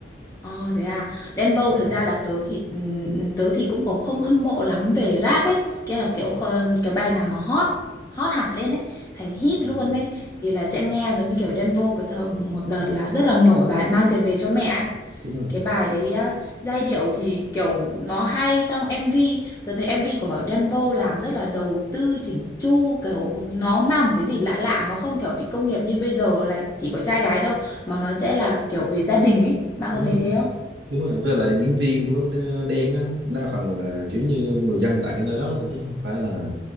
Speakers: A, on the left (about 15°); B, on the right (about 70°).
A: Ờ thế à, Đen Vâu
B: đúng
A: thật
B: rồi
A: ra là tớ chỉ ừm, tớ thì cũng có không hâm mộ lắm về rap ấy, kia là kiểu kho- cái bài nào mà hot hot hẳn lên ấy, thành hit
B: ừ,
A: luôn ấy thì là sẽ nghe giống như kiểu Đen Vâu cái thời một đợt là rất là nổi bài mang tiền về cho mẹ ấy.
B: đúng rồi
A: Cái bài đấy á, giai điệu thì kiểu nó hay xong MV, tớ thấy MV của Đen Vâu làm rất là đầu tư chỉnh chu, kiểu nó mang một cái gì lạ lạ, nó không kiểu bị công nghiệp như bây giờ là chỉ có trai gái đâu mà nó sẽ là kiểu về gia đình ấy, bạn
B: đúng
A: có thấy
B: rồi
A: thế không?
B: đúng rồi với lại diễn viên của Đ- Đen á đa phần là kiểu như người dân tại nơi đó luôn chứ không phải là